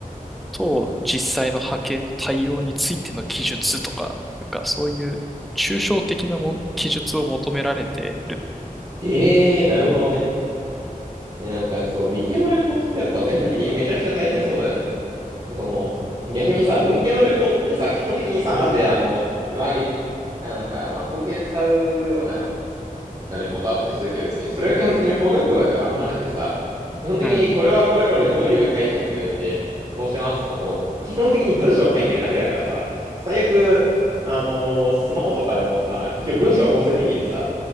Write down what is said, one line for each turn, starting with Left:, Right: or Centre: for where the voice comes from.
Centre: と実際の波形の対応についての記述とか、なんかそういう抽象的なも記述を求められてる。
Right: へえ、なるほどね。えなんかそう、理系のレポートってやっぱ全体的にめちゃくちゃ大変そうだよね。その、逆にさ、文系のレポートってさ、基本的にさ、マジであの、うわ、え、あ、なんか、まあ、統計使うようなレポートあったりするけど、別に、それは基本的に法学部だからあんまなくてさ、基本的にこれはこれこれどういう解釈でこうしてますとか、
Centre: うん。
Right: こう、基本的に文章を書いてるだけだからさ、最悪、あのースマホとかでもさ、一応文章は構成できるしさ、